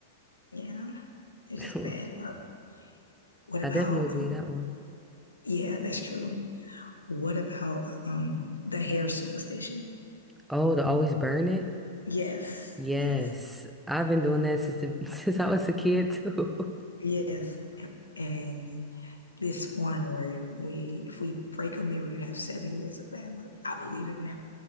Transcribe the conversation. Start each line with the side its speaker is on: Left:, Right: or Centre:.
Left: Yeah. It's
Centre: <laughs>
Left: just bad luck. What
Centre: I
Left: about,
Centre: definitely believe
Left: um,
Centre: that one.
Left: yeah, that's true. What about um the hair superstition?
Centre: Oh, to always burn it?
Left: Yes,
Centre: Yes.
Left: yes,
Centre: I've been doing that since the, <laughs> since I was a kid too. <laughs>
Left: yes. And this one where we if we break a mirror, you have seven years of bad luck. I believe in that.